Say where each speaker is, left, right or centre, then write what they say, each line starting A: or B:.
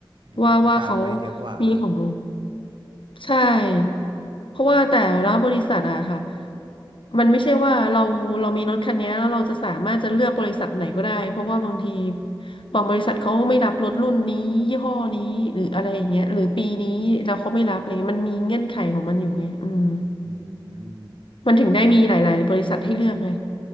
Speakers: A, on the right; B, on the left.
A: เนาะโอกาสมันก็จะเยอะกว่าเนาะ
B: ว่าว่าเขามีของใช่เพราะว่าแต่ละบริษัทอะค่ะมันไม่ใช่ว่าเราเรามีรถคันนี้แล้วเราจะสามารถจะเลือกบริษัทไหนก็ได้เพราะว่าบางทีบางบริษัทเขาไม่รับรถรุ่นนี้ยี่ห้อนี้หรืออะไรอย่างเงี้ยหรือปีนี้แล้วเขาไม่รับอะไรเงี้ยมันมีเงื่อนไขของมันอยู่ไงอืม
A: อืม
B: มันถึงได้มีหลายๆบริษัทให้เลือกไง